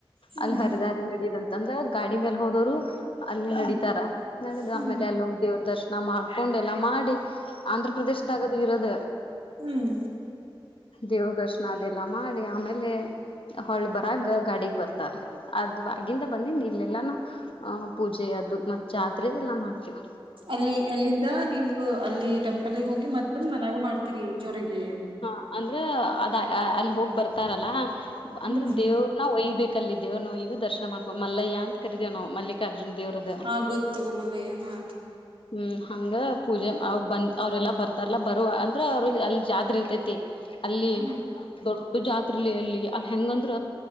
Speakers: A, on the right; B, on the left.
A: ಹ್ಮ್
B: ಅಲ್ಲಿ ಹರಿದಾರಿ ನಡಿದಂತ ಅಂದ್ರ ಗಾಡಿ ಮೇಲೆ ಹೋದವ್ರು. ಅಲ್ಲಿ
A: ಹ್ಮ್
B: ನಡೀತಾರ ನಡೆದು
A: ಹ್ಮ್
B: ಆಮೇಲೆ ಅಲ್ಲೋಗ್ ದೇವ್ರ ದರ್ಶನ ಮಾಡ್ಕೊಂಡ್ ಎಲ್ಲಾ ಮಾಡಿ. ಆಂಧ್ರಪ್ರದೇಶದಾಗದು ಇರೋದ
A: ಹ್ಮ್
B: ದೇವ ದರ್ಶನ ಅದೆೇಲ್ಲ ಎಲ್ಲ ಮಾಡಿ ಆಮೇಲೆ ಹೊಳ್ ಬರಾಗ ಗಾಡಿಗ್ ಬರ್ ಅದ ಆಗಿಂದ ಬಂದ ಇಲ್ಲೆಲ್ಲಾ ಆಹ್ ಪೂಜೆ ಅದು ಮತ್ ಜಾತ್ರೆದ ಎಲ್ಲಾ ಮಾಡ್ತವ
A: ಅಲ್ಲಿ ಎಲ್ಲಿಂದ ನೀವು ಅಲ್ಲಿ ಟೆಂಪಲ್ಗೆ ಹೋಗಿ ಮತ್ ಬಂದು ಮನ್ಯಾಗು ಮಾಡ್ತೀರಿ ಜೋ ಅಡಿಗೆ
B: ಹಾ ಅಂದ್ರ ಅದ ಅಲ್ಲಿ ಹೋಗ್ ಬರ್ತಾರಲ್ಲ
A: ಹ್ಮ್
B: ಅಂದ್ರೆ ದೇವ್ರನ್ನ ಒಯ್ಬೇಕ ಕಲ್ಲಿದ್ದೇವು ನಾವು ಇದು ದರ್ಶನ ಮಾಡ ಮಯ್ಯ ಅಂತ ಕರೀತೀವಿ ನಾ ಮಲ್ಲಿಗೆ ಅರ್ಜುನ್ ದೇವ್ರದ
A: ಹಾ ಗೊತ್ ತಗೋ ಮಲ್ಲಯ್ಯ ಹಾ
B: ಹ್ಮ್ ಹಂಗ ಪೂಜೆರು ಬಂದು ಅವರೆಲ್ಲ ಬರ್ತಾರಲ್ಲ ಬರುವ ಅಂದರೆೆ ಅವರು ಅಲ್ಲಿ ಜಾತ್ರೆ ಇರ್ತೈತಿ ಅಲ್ಲಿ
A: ಹ್ಮ್
B: ದೊಡ್ಡ ಜಾತ್ರೆಲಿ ಅಲ್ಲಿ ಅಲ್ಲಿ ಹೆಂಗಂದ್ರ